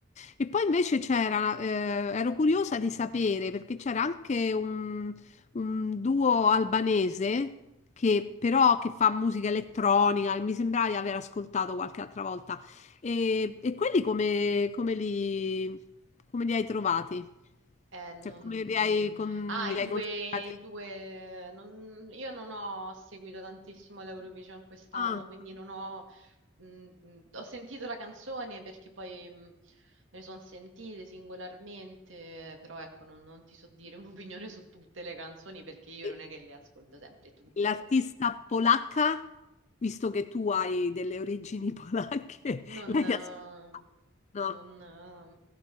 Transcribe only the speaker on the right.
Eh, non...
Ah, i
due,
i due... non- Io non ho seguito tantissimo l'Eurovision quest'anno,
quindi non ho... mh, mh, ho sentito la canzone perché poi mh, me ne sono sentite singolarmente, però ecco, non, non ti so dire <laughs> un'opinione su tutte le canzoni perché io
non è che le ascolto sempre tutte.
Non...
eh,
Non, eh,